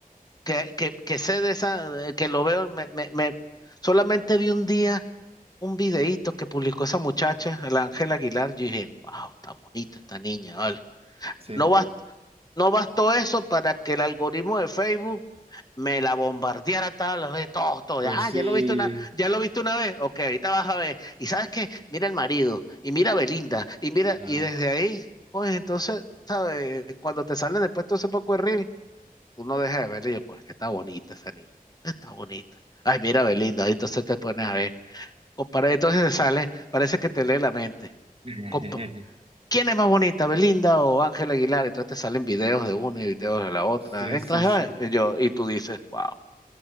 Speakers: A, on the left (about 25°); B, on the right (about 40°).
A: que, que, que sé de esa, eh, que lo veo, me, me, me- solamente vi un día un videíto que publicó esa muchacha, la Ángela Aguilar, yo dije, wow, está bonita esta niña, vale.
B: Sí.
A: No bast- no bastó eso para que el algoritmo de Facebook me la bombardeara todas las veces, todo, todo,
B: Pues
A: ah,
B: sí.
A: ya lo viste una, ya lo viste una vez, ok, ahorita vas a ver, y sabes qué, mira el marido, y mira a Belinda, y mira,
B: Ajá.
A: y desde ahí, pues entonces, ¿sabes? Cuando te salen después todo ese poco de reel, uno deja de verla y yo, pues que está bonita esa niña, está bonita. Ay, mira, Belinda, ahí entonces te pones a ver. Compara, entonces te sale, parece que te lee la mente.
B: <laughs>
A: Compa- ¿Quién es más bonita, Belinda o Ángela Aguilar? Entonces te salen videos de una y videos de la otra.
B: Sí,
A: Entras
B: sí, sí.
A: a ver, y yo, y tú dices, wow.